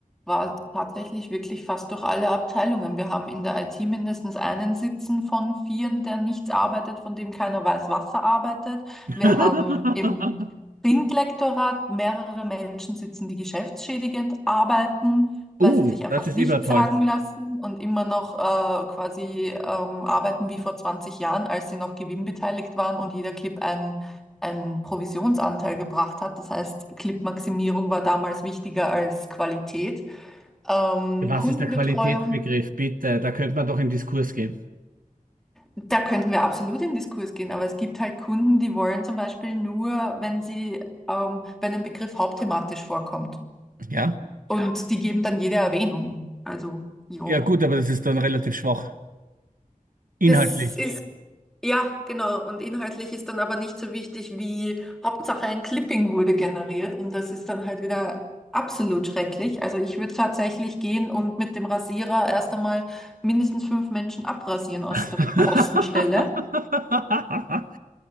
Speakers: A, in the centre; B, on the right.
A: war tatsächlich wirklich fast durch alle Abteilungen. Wir haben in der IT mindestens einen sitzen von vieren, der nichts arbeitet, von dem keiner weiß, was er arbeitet.
B: <laughs>
A: Wir haben im Printlektorat mehrere Menschen sitzen, die geschäftsschädigend arbeiten, weil
B: Oh,
A: sie sich einfach
B: das ist
A: nichts
B: immer toll.
A: sagen lassen und immer noch äh, quasi ähm, arbeiten wie vor 20 Jahren, als sie noch gewinnbeteiligt waren und jeder Clip ein einen Provisionsanteil gebracht hat. Das heißt, Clip-Maximierung war damals wichtiger als Qualität. Ähm,
B: Was
A: Kundenbetreuung,
B: ist der Qualitätsbegriff? Bitte, da könnte man doch in Diskurs gehen.
A: da könnten wir absolut in Diskurs gehen, aber es gibt halt Kunden, die wollen zum Beispiel nur, wenn sie, ähm, wenn ein Begriff hauptthematisch vorkommt.
B: Ja?
A: Ja. Und die geben dann jede Erwähnung. Also, jo.
B: Ja, gut, aber das ist dann relativ schwach. Inhaltlich.
A: Das ist Ja, genau. Und inhaltlich ist dann aber nicht so wichtig, wie Hauptsache ein Clipping wurde generiert. Und das ist dann halt wieder absolut schrecklich. Also ich würde tatsächlich gehen und mit dem Rasierer erst einmal mindestens fünf Menschen abrasieren aus
B: <laughs>
A: der Kostenstelle.